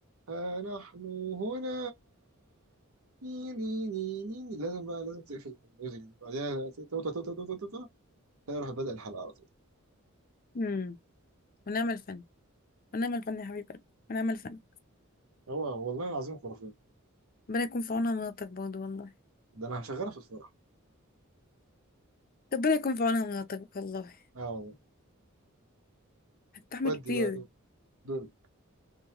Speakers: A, on the right; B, on the left.
A: ها نحن هنا ني ني ني ني ني. لازم بقى لازم تقفل الميوزك دي بعدها توتا توتا توتا توتا هي راح بدأ الحلقة على طول
B: امم ونعم الفن ونعم الفن يا حبيب قلبي ونعم الفن
A: هو والله العظيم خرافي
B: ربنا يكون في عونها مناطق برضه والله
A: ده انا هشغلها في الفرح
B: ربنا يكون في عونها مناطق والله
A: اه
B: هتتحمل
A: ودي
B: كتير
A: بقى دور دوري